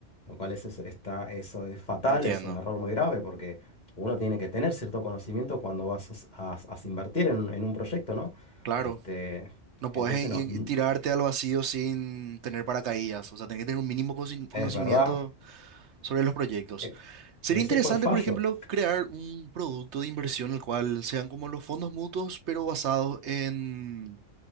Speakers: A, on the left (about 35°); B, on the right (about 70°).
A: lo cual es, es- está, eso es fatal,
B: Entiendo.
A: es un error muy grave porque uno tiene que tener cierto conocimiento cuando vas a, a- a invertir en, en un proyecto, ¿no?
B: Claro.
A: Este,
B: No puedes
A: entonces no,
B: i-
A: n-
B: i- tirarte al vacío sin tener paracaídas. O sea, tenés que tener un mínimo cosi- conocimiento
A: es verdad,
B: sobre los proyectos.
A: e-
B: Sería
A: ese
B: interesante,
A: fue el fallo.
B: por ejemplo, crear un producto de inversión el cual sean como los fondos mutuos, pero basados en,